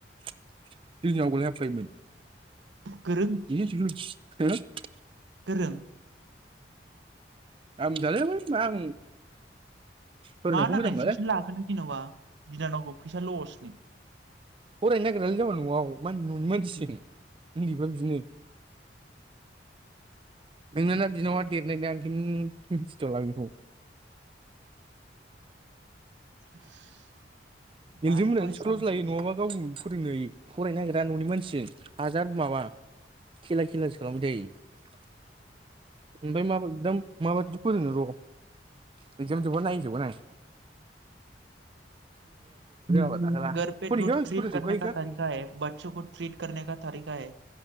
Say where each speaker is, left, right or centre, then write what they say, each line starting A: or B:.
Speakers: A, on the right (about 30°); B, on the right (about 80°).
A: जोंजों आवगोल हाबफायोमोन
B: गोरों
A: <unintelligible> <unintelligible>
B: गोरों
A: आं मिनथियालै मा आं फरायनायखौ
B: मा नांनायनि
A: मोजां मोनालै
B: टिबसन लाहोखो नों जेन'बा बिनानावखौ फैसा लसनि
A: फरायनो नागिरालै जामबा न'आव मा होनो न'नि मानसिजों उन्दैफ्रा बिदिनो, नोंना ना बिनानावआ देरनाय ना ओंखायनो मिनथिथ'आलां बेखौ <inaudible>
B: <unintelligible>
A: गेलदिं
B: बात
A: मोनहानो
B: तो ऐसा
A: स्कुलावसो
B: नहीं
A: लायो नङाबा
B: है
A: गाव फोरोंनो हायो फरायनो नागिरा ननि मानसिजों हाजार माबा खेला खेलासो खालामबाय थायो ओमफ्राय माब एकद माबादि फोरोङो र' एगजाम जोबबा नायजोबगोन आं <unintelligible>
B: घर पे
A: फरिखायाव
B: जो
A: आं
B: ट्रिट
A: स्कुलाव
B: करने
A: जोबखायोखा
B: का तरिका है बच्छों को ट्रिट कनने का तरिका है